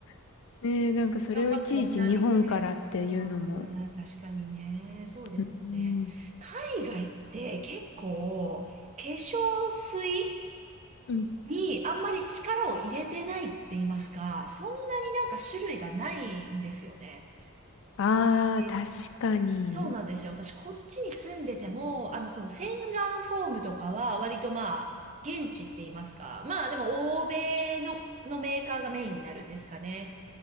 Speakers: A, on the left; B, on the right.
A: <laughs> ねえ、なんかそれをいちいち日本からっていうのも。
B: 頑張っても船便で。うーん、確かにね。そうですよね。
A: うーん。
B: 海外って結構、化粧水
A: うん。
B: にあんまり力を入れてないって言いますか、そんなになんか種類がないんですよね。
A: ああ、
B: で、
A: 確かに。
B: そうなんですよ。私、こっちに住んでても、あの、その洗顔フォームとかは割とまあ、現地って言いますか。まあ、でも、欧米の、のメーカーがメインになるんですかね。